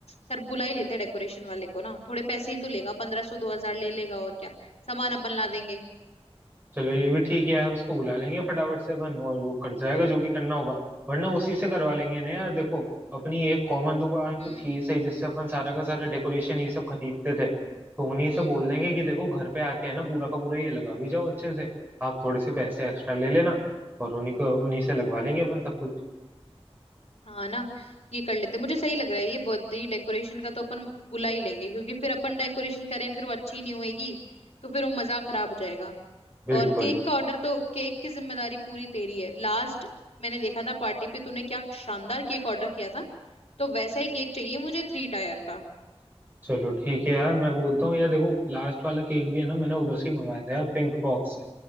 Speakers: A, on the left (about 80°); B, on the right (about 20°).
A: कर बुला ही लेते हैं डेकोरेशन वाले को ना थोड़े पैसे ही तो लेगा पंद्रह सौ दो हजार ले लेगा और क्या सामान अपन ला देंगे
B: चलो ये भी ठीक है यार उसको बुला लेंगे फटाफट से अपन और वो कर जाएगा जो भी करना होगा वरना उसी से करवा लेंगे ना यार देखो अपनी एक कॉमन दुकान तो
A: हम्म
B: थी सही जिससे अपन सारा का सारा डेकोरेशन ये सब खरीदते थे तो उन्हीं से
A: हम्म
B: बोल देंगे कि देखो घर पे आके है ना पूरा का पूरा ये लगा भी जाओ अच्छे से आप थोड़े से पैसे
A: हम्म
B: एक्स्ट्रा ले लेना और उन्हीं को उन्हीं से लगवा लेंगे अपन सब कुछ
A: हाँ ना ये कर लेते मुझे सही लग रहा है ये बर्थडे डेकोरेशन का तो अपन बुला ही लेंगे क्योंकि फिर अपन डेकोरेशन करें फिर वो अच्छी नहीं होएगी तो फिर वो मजा खराब हो जाएगा
B: बिल्कुल
A: और केक का ऑर्डर तो केक की जिम्मेदारी पूरी तेरी है लास्ट मैंने देखा था पार्टी पे तूने क्या शानदार केक ऑर्डर किया था तो वैसा ही केक चाहिए मुझे थ्री टायर का
B: चलो ठीक है यार मैं बोलता हूँ यार देखो लास्ट वाला केक भी है ना मैंने उधर से ही मंगाया था यार पिंक बॉक्स से